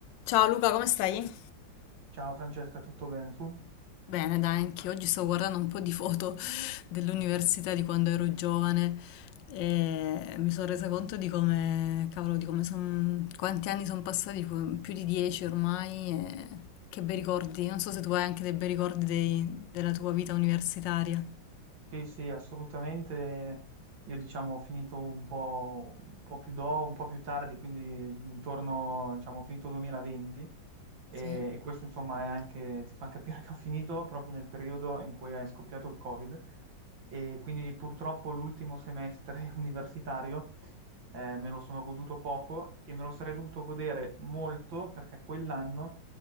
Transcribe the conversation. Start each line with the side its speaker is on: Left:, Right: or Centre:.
Left: Ciao Luca, come stai?
Right: Ciao Francesca, tutto bene tu?
Left: Bene, dai, anche oggi stavo guardando un po' di foto <laughs> dell'università di quando ero giovane e mi sono resa conto di come, cavolo, di come son- quanti anni sono passati, pu- più di dieci ormai, e che bei ricordi. Non so se tu hai anche dei bei ricordi dei- della tua vita universitaria.
Right: Sì, sì, assolutamente. Io diciamo ho finito un po', un po' più do, un po' più tardi, quindi intorno, diciamo, ho finito 2020 e,
Left: Sì.
Right: e questo insomma è anche, ti fa capire <laughs> che ho finito proprio nel periodo in cui è scoppiato il Covid e quindi purtroppo l'ultimo semestre <laughs> universitario eh, me lo sono goduto poco e me lo sarei dovuto godere molto perché quell'anno